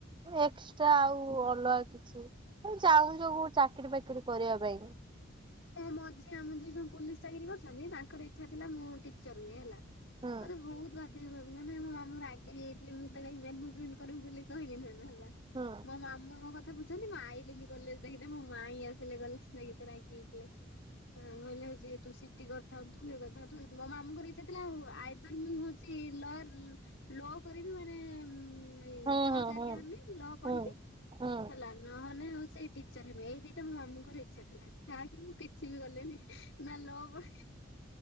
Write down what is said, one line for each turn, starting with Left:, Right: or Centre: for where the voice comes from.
Right: ଏକ୍ସଟ୍ରା ଆଉ ଅଲଗା କିଛି ତ ଚାହୁଁଚ କୋଉ ଚାକିରରି ଫାକିରି କିରି କରିବା ପାଇଁ।
Left: ମୋ ମଝିଆ ମାମୁଁ ଯିଏ ପୁୋଲିସ ଚାକିରି କରୁଛନ୍ତି ତାଙ୍କର ଇଚ୍ଛା ଥିଲା ମୁଁ ଟିଚର ହୁଏ ହେଲା ମତେ
Right: ହୁଁ
Left: ବହୁତ ବାର ବାଧ୍ୟ କ ମାନେ ମୋ ମାମୁଁ ରାଗିଯାଇଥିଲେ ମୁଁ ଯେତେବଳେ ମାନେଜମେଣ୍ଟ କରିମି ବୋଲି କହିହିଲି ନାଇ
Right: ହୁଁ
Left: ମୋ ମାମୁଁ ମୋ କଥା କଥା ବୁଝନ୍ତି। ଆଇଲେନି କଲେଜ୍ ମୋ ମାଇଁ ଆସିଲେ କଲେଜ ଏତେ ରାଗିକି ଥିଲେ ହଁ କହିଲେ ହୋଉଚି ତୁ ସିଠି କରିଥାନ୍ତୁ ଇଏ କରିଥାନ୍ତୁ ମୋ ମାମୁଙ୍କର ଇଚ୍ଛା ଥିଲା ଆଉ ଆଇଦର ମୁଁ ହୋଉଛି ଲୟାର ଲୋ କରିବି ମାନେ ଇ
Right: ହୁଁ
Left: ଜଜ୍
Right: ହୁଁ
Left: ହେରିକା
Right: ହୁଁ
Left: ହେମି ଲ ପଢିକି
Right: ହୁଁ ହୁଁ
Left: ହେଲା ନହେନେ ଆଉ ସେଇ ଟିଚର ହେମି ଏଇ ଦିଟା ମୋ ମାମୁଙ୍କର ଇଚ୍ଛା ଥିଲା ଯାହାକି ମୁଁ କିଛି ବି କଲିନି ନା ଲ ପଢି